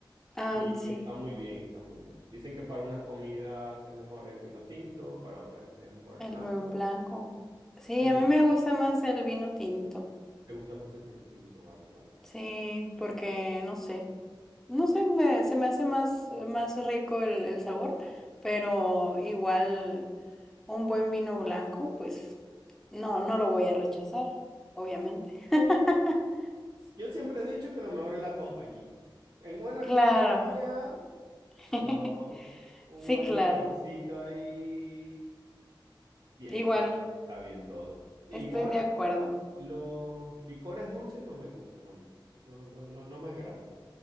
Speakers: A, in the centre; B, on the right (about 70°).
A: Ah,
B: Y,
A: sí,
B: y está muy bien, está muy bien. Dicen que para unas comidas es mejor el vino tinto, para otras es mejor el
A: el
B: blanco.
A: buen blanco. Sí,
B: Sí,
A: a mí me gusta más el vino tinto.
B: te gusta más el vino tinto, vale, vale.
A: Sí, porque
B: vale.
A: no sé. No sé, me- se me hace más, más rico el, el sabor, pero igual un buen vino blanco, pues no, no lo voy a rechazar, obviamente. <laughs>
B: Un- yo siempre he dicho que lo mejor es la compañía. En buena
A: Claro,
B: compañía,
A: <laughs>
B: lo- un
A: sí,
B: buen
A: claro.
B: licorcito ahí. Bien,
A: Igual,
B: está bien, está bien todo. Igual,
A: estoy de acuerdo.
B: los licores dulces no me gustan a mí. No, no, no, no me agradan.